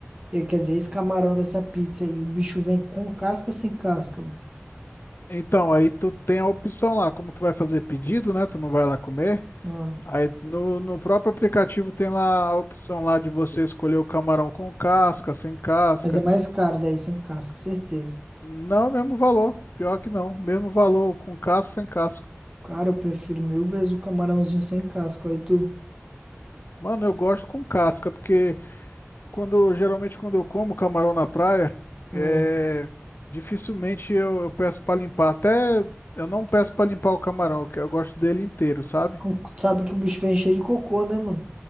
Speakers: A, on the right; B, on the left.
A: E, Quer dizer, esse camarão dessa pizza aí, o bicho vem com casca ou sem casca, mano?
B: Então, aí tu tem a opção lá, como tu vai fazer pedido, né? Tu não vai lá comer.
A: Ah,
B: Aí no, no próprio aplicativo tem lá a opção lá de você escolher o camarão com casca, sem casca.
A: mas é mais caro daí, sem casca, certeza.
B: Não, mesmo valor. Pior que não. Mesmo valor com casca, sem casca.
A: Cara, eu prefiro mil vezes o camarãozinho sem casca, aí tu.
B: Mano, eu gosto com casca, porque quando geralmente quando eu como camarão na praia,
A: Ah,
B: é, dificilmente eu, eu peço pra limpar. Até eu não peço pra limpar o camarão, que eu gosto dele inteiro, sabe?
A: com- sabe que o bicho vem cheio de cocô, né, mano?